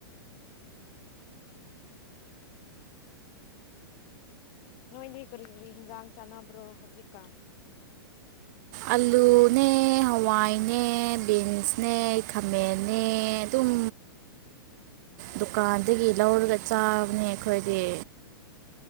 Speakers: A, on the left (about 45°); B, on the right (about 45°).
A: ꯅꯣꯏꯗꯤ ꯀꯔꯤ ꯀꯔꯤ ꯍꯟꯖꯥꯡ ꯆꯥꯟꯅꯕ꯭ꯔꯣ ꯍꯧꯖꯤꯛꯀꯥꯟ
B: ꯑꯂꯨꯅꯦ ꯍꯋꯥꯏꯅꯦ ꯕꯤꯟꯁꯅꯦ ꯈꯥꯃꯦꯟꯅꯦ ꯑꯗꯨꯝ ꯗꯨꯀꯥꯟꯗꯒꯤ ꯂꯧꯔꯒ ꯆꯥꯕꯅꯦ ꯑꯩꯈꯣꯏꯗꯤ